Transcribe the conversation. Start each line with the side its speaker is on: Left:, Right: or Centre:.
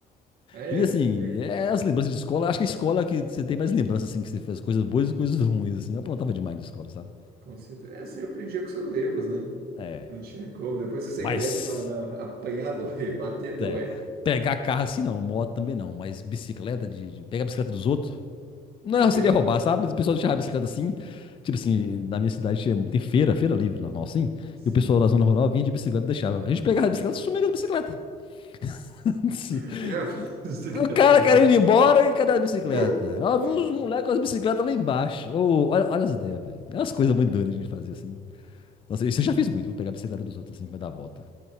Right: É,
Left: E assim,
Right: por-
Left: é as lembranças de escola, acho que a escola é que você tem mais lembranças, assim, que você fez coisas boas e coisas ruins, assim. Eu aprontava demais na escola, sabe?
Right: com certeza. É, você aprendia com seus erros, né?
Left: É,
Right: Não tinha como. Depois que você
Left: mas,
Right: cresce, você fala, não, apanhar dói, <laughs> bater dói.
Left: é, pegar carro assim não, moto também não, mas bicicleta, de, de pegar a bicicleta dos outros, Não,
Right: Você pegava?
Left: seria roubar, sabe? O pessoal deixava a bicicleta assim. Tipo assim,
Right: Hum,
Left: na minha cidade tinha, tem feira, feira livre, normal assim.
Right: Sim.
Left: E o pessoal da zona rural vinha de bicicleta e deixava. A gente pegava a bicicleta e sumia com as bicicletas. <laughs>
Right: <laughs> É, <laughs> você
Left: O
Right: quer
Left: cara
Right: tá na
Left: querendo ir embora e cadê a bicicleta?
Right: Uhum.
Left: Ó, vi uns moleques com as bicicletas lá embaixo. Ô, olha, olha as ideias, velho. É umas coisas muito doidas que a gente fazia assim. Nossa, isso eu já fiz muito. Vou pegar a bicicleta dos outros assim pra dar a volta.